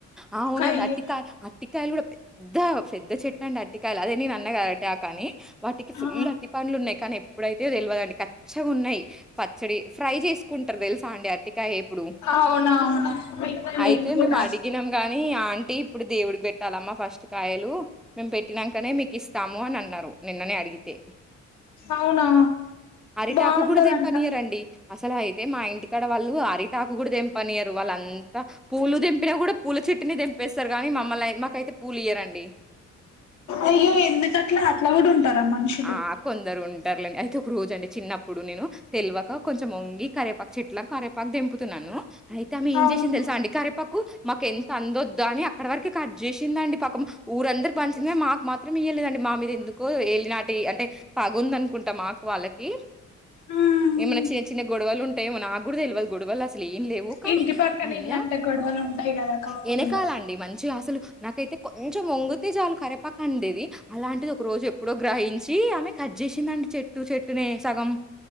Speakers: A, in the centre; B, on the left (about 70°).
A: ఆ అవునండి
B: అయ్యో
A: అటికాయ, అటికాయలు కూడా పెద్దగ పెద్ద చెట్ ండి అటికాయలు, అదే నీను అన్నకాదా అరిటాకు, అన్ని వాటికి ఫుల్
B: ఆ
A: అటి పండ్లు ఉన్నాయి, కానీ ఎప్పుడైతే తెలివదండి. క పచ్చగా ఉన్నాయి, పచ్చడి ఫ్రై చేసుకుంటారు, తెలుసా అండి అటికాయ ఇప్పుడు,
B: అవునవును పెట్టా
A: అయితే
B: నేను కూడా
A: మేము అడిగినం, ని ఆంటీ ఇప్పుడు దేవుడికి పెట్టాలమ్మా ఫస్ ఫాస్ట్ కాయలు మేము పెట్టినాకనే మీకు ఇస్తాము అని అన్నారు, నిన్ననే అడిగితే
B: అవునా
A: అరిటాకు
B: బాగుంటదంట
A: కూడా తెంపనియరుండి, అసలు అయితే మా ఇంటికాడ వాళ్ళు అరిటాకు కూడా తెంపనియరు, వాళ్ళంతా పువ్వులు తెపిన, కూడా పువ్వుల చెట్టిని తెం చప్పేస్తారు కానీ మమ్మల్ని మాకైతే పువ్వులు ఇయ్యరండి.
B: అయ్యో ఎందుకట్లా అట్లా అట్లా కూడా ఉంటారా మనుషులు
A: ఆ అ కొందరు ఉం ఉంటారులేండి, అయితే ఒక రోజు అండి చిన్నప్పుడు నేను తెల్వక కొంచం ఓంగి కరేపాకు చెట్ల కరేపాకు తెంపుతున్నాను. అయితే ఆమె ఏం
B: అవును
A: చేసింది, తెలుసా అండి కారేపాకు మాకు ఎంత అందొద్దా, అని అక్కడ వరకే కట్ చేసిందండి, పక్కం ఊరందరికి పంచింది, కానీ మాకు మాత్రం ఇయలేదండి. మా మీద ఎందుకు ఏలినాటి అంటే పగుంద అనుకుంటా మాకు వాళ్ళకి
B: ఉమ్
A: ఏమైన్నా చిన్న చిన్న గొడవలు ఉంటా ఏమనా ఆ కూడా తెలియాలదు గొడవలస్ అసలు ఏం లేవు కానీ
B: ఇంటి పక్కన
A: అయినా
B: ఇలాంటి గొడవలు ఉంటాయి కదా కామన్
A: వెనకాల
B: గా
A: అండి మంచి అసలు నాకైతే కొంచెం మొంగుతే జాలు కరిపక ఉండేది అలాంటిది ఒక రోజు ఎప్పుడో గ్రహించ చ్చ ఆమె కట్ చేసిందండి చెట్టు చెట్టునే సగం